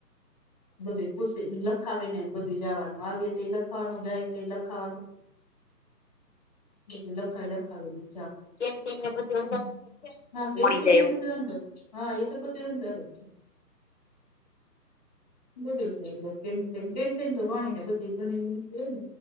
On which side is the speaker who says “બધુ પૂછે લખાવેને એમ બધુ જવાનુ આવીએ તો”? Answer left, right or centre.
Left